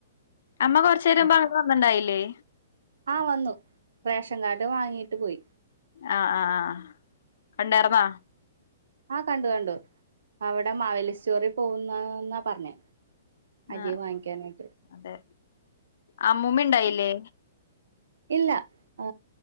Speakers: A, on the left; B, on the right.
A: അമ്മ കൊറച്ച് നേരം
B: ആ
A: വഴക്ക് പറഞ്ഞോണ്ടായില്ലേ
B: ആ വന്നു റേഷൻ കാർഡ് വാങ്ങിയിട്ട് പോയി
A: ആ ആഹ് ആ കണ്ടായിർന്നോ
B: ആ കണ്ടു കണ്ടു അവിടെ മാവലി സ്റ്റോറി പോന്നന്നാ പറഞ്ഞേ അരി
A: ആഹ്
B: വാങ്ങിക്കാനായിട്ട്
A: അതെ അമ്മൂമ്മ ഇണ്ടായില്ലേ
B: ഇല്ല ആ